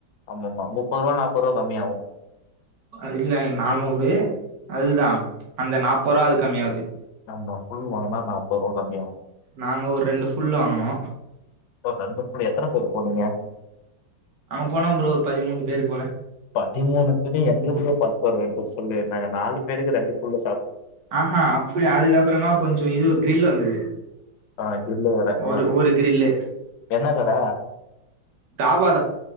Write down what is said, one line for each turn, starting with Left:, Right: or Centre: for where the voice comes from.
Left: ஆமா ஆமா முப்பது ரூபா நாப்பது ரூபா கம்மியாவு
Right: அது இல்ல நானூறு அதுதா அந்த நாப்பது ரூபா அது கம்மியாகுது
Left: நம்ம ஃபுல் வாங்குனா நாற்பது ரூபா கம்மியாகு
Right: நாங்க ஒரு ரெண்டு ஃபுல் வாங்குனோம்
Left: ரெண்டு எத்தன பேரு போனீங்க
Right: அவே போனா ப்ரோ ஒரு பதிமூனு பேரு போல
Left: பதிமூன்னு எங்க கூய பத்து ர சொல்லு நாங்க நாலு பேருக்கு ரெண்டு புள்ள
Right: ஆஹ அப்டி அதுக்கப்புறமா கொஞ்சோ இது கிரில் வந்தது
Left: ஆ கிரில்லு வேற
Right: ஒரு
Left: ஆ
Right: ஒரு கிரில்லு
Left: என்ன கட
Right: தாபா